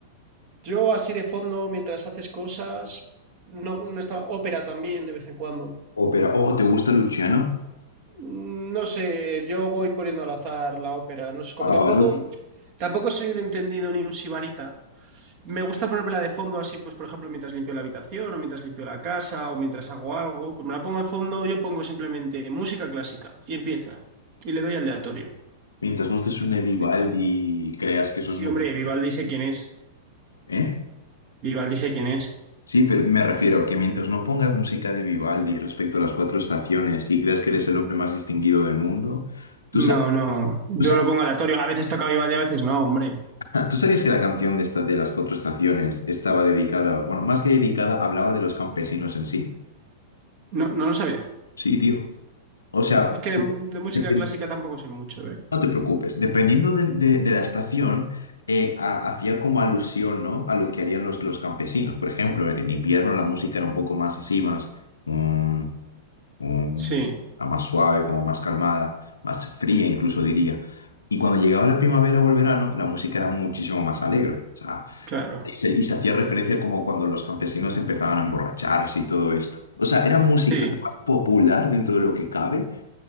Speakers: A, on the right; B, on the left.
A: Yo así de fondo, mientras haces cosas, no, no estaba. Ópera también de vez en cuando.
B: Ópera. Oh, ¿te gusta Luciano?
A: No sé, yo voy poniendo al azar la ópera. No sé, como
B: A Pavarotti.
A: tampoco, tampoco soy un entendido ni un sibarita. Me gusta ponérmela de fondo así, pues por ejemplo, mientras limpio la habitación o mientras limpio la casa o mientras hago algo, pues me la pongo de fondo, yo pongo simplemente música clásica y empieza. Y le doy al aleatorio.
B: Mientras no te suene
A: Spotify.
B: Vivaldi y creas que eso es
A: Sí,
B: música.
A: hombre, Vivaldi sé quién es.
B: ¿Eh?
A: Vivaldi sé quién es.
B: Sí, pero me refiero que mientras no pongas música de Vivaldi respecto a las cuatro estaciones y creas que eres el hombre más distinguido del mundo, ¿tú
A: No,
B: sabes,
A: no, yo
B: tú sa-
A: lo pongo aleatorio. A veces toca Vivaldi, a veces no, hombre.
B: <laughs> tú sabías que la canción de, esta, de las cuatro estaciones estaba dedicada, bueno, más que dedicada, hablaba de los campesinos en sí?
A: No, no lo sabía.
B: Sí, tío. O sea,
A: Es que de, de música
B: depen-
A: clásica tampoco soy mucho, ¿eh?
B: no te preocupes, dependiendo de, de- de la estación, eh, ha- hacía como alusión, ¿no? A lo que harían los, los campesinos. Por ejemplo, en invierno la música era un poco más así, más... mm, mm,
A: Sí,
B: a más suave, como más calmada, más fría incluso diría. Y cuando llegaba la primavera o el verano, la música era muchísimo más alegre. O sea,
A: claro.
B: y se, y se hacía referencia como cuando los campesinos empezaban a emborracharse y todo esto. O sea, era música
A: Sí,
B: más popular dentro de lo que cabe,